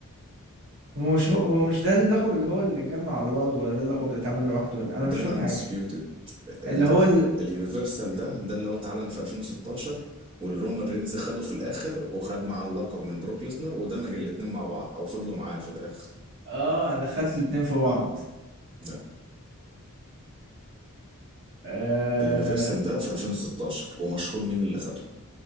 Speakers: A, on the right; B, on the right.
A: هو مش هو, هو مش ده اللقب اللي هو اللي اتجمع على بعضه ولا ده اللقب اللي اتعمل لوحده ولا انا
B: ده
A: مش
B: الاندسبيوتد
A: فاهم حاجه
B: انت
A: اللي هو ال...
B: اليونيفرسال ده ده اللي هو اتعلن في 2016 والرومان رينز خده في الاخر وخد معاه اللقب من بروك ليسنر ودمج الاتنين مع بعض او فضلوا معاه في الاخر
A: اه انا دخلت الاتنين في بعض
B: لا
A: آه...
B: اليونيفرسال ده في 2016 ومشهور مين اللي خده